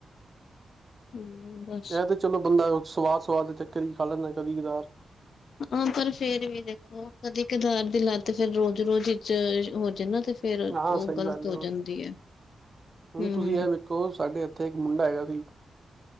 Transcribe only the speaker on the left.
ਹੂੰ ਬਸ
ਹਾਂ ਪਰ ਫੇਰ ਵੀ ਦੇਖੋ ਕਦੀ ਕਦਾਰ ਦੀ ਲੱਤ ਫੇਿਰ ਰੋਜ਼ ਰੋਜ਼ ਵਿੱਚ ਹੋ ਜਾਇ ਨਾ ਤੇ ਫੇਿਰ ਉਹ
ਗ਼ਲਤ
ਹੋ
ਜਾਂਦੀ ਹੈ
ਹੂੰ,